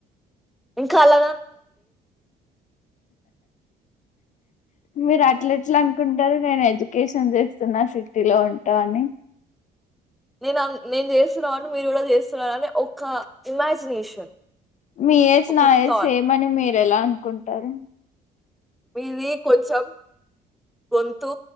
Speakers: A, in the centre; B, on the left (about 45°).
A: ఇంక అలా
B: మీరు అట్ల ఎట్లా అనుకుంటారు నేను ఎడ్యుకేషన్ చేస్తున్నా సిటీలో ఉంటా అని
A: నేను ఆహ్ నేను చేస్తున్న అని మీరు కూడా చేస్తున్నారు అనే ఒక ఇమాజినేషన్
B: మీ ఏజ్
A: ఒక
B: నా ఏజ్
A: థాట్
B: సేమ్ అని మీ ఎలా అనుకుంటారు
A: మీది కొంచెం గొంతు